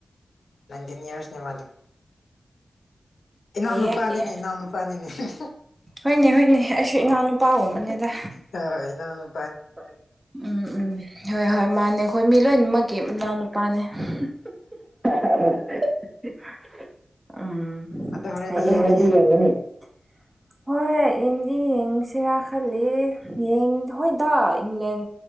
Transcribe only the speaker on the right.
ꯍꯩꯌꯦ
ꯍꯩꯌꯦ
ꯍꯣꯏꯅꯦ ꯍꯣꯏꯅꯦ ꯑꯩꯁꯨ ꯏꯅꯥꯎꯅꯨꯄꯥꯒꯨꯝꯕꯅꯤꯗ
ꯄꯥꯅꯤ ꯎꯝ ꯎꯝ ꯍꯣꯏ ꯍꯣꯏ ꯃꯥꯅꯦ ꯈꯣꯏ ꯃꯤ ꯂꯣꯏꯅꯃꯛꯀꯤ ꯃꯅꯥꯎ ꯅꯨꯄꯥꯅꯦ <unintelligible> ꯎꯝ
<unintelligible>
<inaudible> ꯍꯣꯏ ꯌꯦꯡꯗꯤ ꯌꯦꯡꯁꯤꯔ ꯈꯜꯂꯤ <unintelligible> ꯍꯣꯏꯗ ꯏꯪꯂꯦꯟ